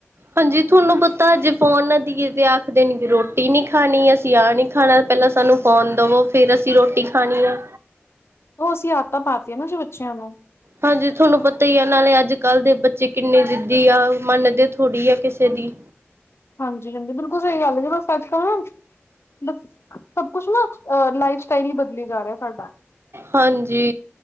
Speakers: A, on the right; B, on the left.
A: ਹਾਂਜੀ, ਥੋਨੂੰ ਪਤੈ ਜੇ ਫੋਨ ਨਾ ਦੀਏ ਤੇ ਆਖਦੇ ਨੇ ਕਿ ਰੋਟੀ ਨੀ ਖਾਨੀ ਅਸੀਂ ਆਹ ਨੀ ਖਾਣਾ ਪੈਲਾਂ ਸਾਨੂੰ ਫੋਨ ਦਵੋ, ਫੇਰ ਅਸੀਂ ਰੋਟੀ ਖਾਨੀ ਆ।
B: ਓ ਅਸੀਂ ਆਤਾਂ ਪਾਤੀਆਂ ਨਾ ਜੋ ਬੱਚੇਆਂ ਨੂੰ।
A: ਹਾਂਜੀ ਥੋਨੂੰ ਪਤਾ ਈ ਆ, ਨਾਲੇ਼ ਅੱਜ-ਕੱਲ ਦੇ ਬੱਚੇ ਕਿੰਨੇ ਜਿ਼ੱਦੀ ਆ ਮੰਨਦੇ ਥੋੜੀ ਆ ਕਿਸੇ ਦੀ।
B: ਹਾਂਜੀ, ਹਾਂਜੀ ਬਿਲਕੁਲ ਸਈ ਗਾੱਲ ਏ <unintelligible> ਸੱਚ ਕਵਾਂ ਆੱਜ। ਮਤਲ ਸਭ ਕੁਛ ਨਾ ਅ, ਲਾਈਫ ਸਟਾਈਲ ਈ ਬਦਲੀ ਜਾ ਰੇਆ ਸਾਡਾ।
A: ਹਾਂਜੀ।